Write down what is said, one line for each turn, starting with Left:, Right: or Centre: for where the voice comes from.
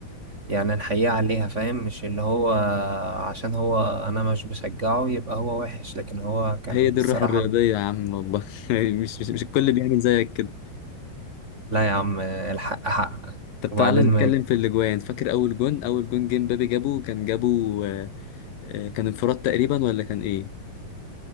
Right: يعني نحييه عليها فاهم مش اللي هو عشان هو انا مش بشجعه يبقى هو وحش لكن هو كان
Left: هي دي
Right: الصراحة
Left: الروح الرياضية يا عم والله <laughs> مش مش مش الكل بيعمل زيك كده
Right: لا يا عم آه، الحق حق
Left: طب
Right: وبعدين
Left: تعالى نتكلم
Right: ما
Left: في الاجوان فاكر اول جون اول جون جيم بابي جابه كان جابه آه، آه، كان انفراد تقريبا ولا كان ايه